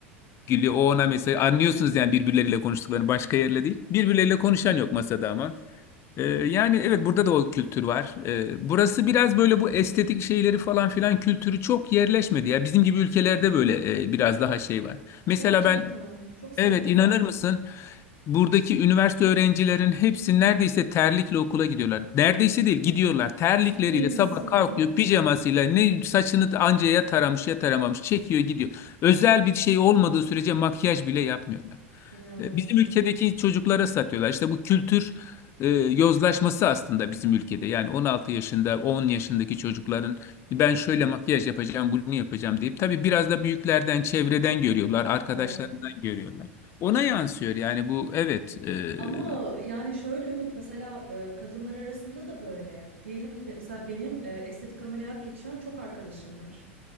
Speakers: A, on the left; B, on the right.
A: gülüyor. O ona mesaj. Anlıyorsunuz yani birbirleriyle konuştuklarını başka yerle değil. Birbirleriyle konuşan yok masada ama. Ee, yani evet burada da o kültür var. Ee, burası biraz böyle bu estetik şeyleri falan filan kültürü çok yerleşmedi. Ya bizim gibi ülkelerde böyle e, biraz daha şey var. Mesela
B: Gerçekten.
A: ben
B: Çok sevin.
A: evet inanır mısın? Buradaki üniversite öğrencilerin hepsi neredeyse terlikle okula gidiyorlar. Neredeyse değil gidiyorlar. Terlikleriyle
B: Ciddi misin?
A: sabah kalkıyor pijamasıyla ne saçını anca ya taramış ya taramamış çekiyor gidiyor. Özel bir şey olmadığı sürece makyaj bile yapmıyorlar.
B: İnanılmaz.
A: E, Bizim ülkedeki çocuklara satıyorlar. İşte bu kültür e, yozlaşması aslında bizim ülkede. Yani 16 yaşında, 10 yaşındaki çocukların ben şöyle makyaj yapacağım, bunu yapacağım deyip tabii biraz da büyüklerden, çevreden görüyorlar, arkadaşlarından
B: Evet.
A: görüyorlar. Ona yansıyor yani bu evet. e,
B: Ama yani şöyle Ümit mesela e, kadınlar arasında da böyle. Diyelim ki be- mesela benim e, estetik ameliyat geçiren çok arkadaşım var.